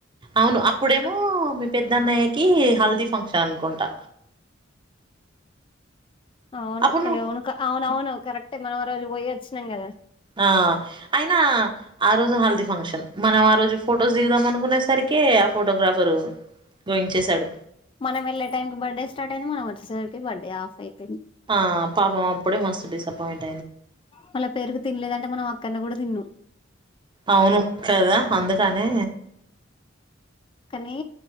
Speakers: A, on the right; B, on the left.
A: అవును అప్పుడేమో పెద్దన్నయ్యకి హల్దీ ఫంక్షన్ అనుకుంటా
B: అవునువును
A: అప్పుడు నువ్వు
B: అవునవును కరెక్టే మనం ఆ రజు పోయి వచ్చినందా
A: ఆ అయినా ఆ రోజు హల్దిీ ఫంక్షన్ మనం ఆ రోజు ఫోటో ఫొటోస్ దిగుదాం అనుకునే సరికి ఆ ఫోటోగ్రాఫరు ోయించేశాడు
B: మనం వెళ్ళ టైం క బర్త్డే స్టార్ట్ అయింది మన వచ్చేసారికి బర్త్డే ఆఫ్ అయిపోయింది
A: ఆ పాపం అప్పుడే మస్స్త డిస్ప్పంట
B: మళ్ళ పేరుకు తినలేదంటే మనం అక్కడ కూడా తిను
A: అవును కదా అందుకనే
B: కానీ